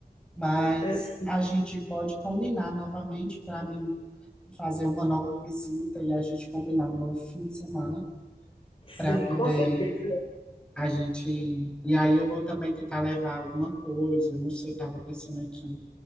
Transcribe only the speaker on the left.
É, sim,
sim,
com certeza.